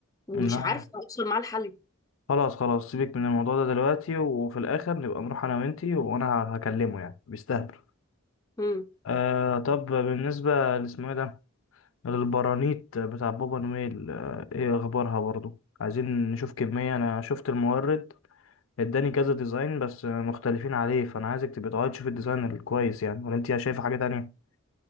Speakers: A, on the left; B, on the left.
A: ومش
B: لا
A: عارفه اوصل معاه الحل
B: خلاص خلاص سيبك من الموضوع ده دلوقتي وفي الاخر نبقى نروح انا وانتي وانا هكلمه يعني بيستهبل
A: امم
B: آه طب بالنسبة لاسمه ايه ده البرانيت بتاع بابا نويل آه، ايه اخبارها برضو عايزين نشوف كمية انا شفت المورد اداني كذا ديزاين بس آه، مختلفين عليه فانا عايزك تبقى تقعد تشوف الديزاين الكويس يعني ولا انت شايفة حاجة تانية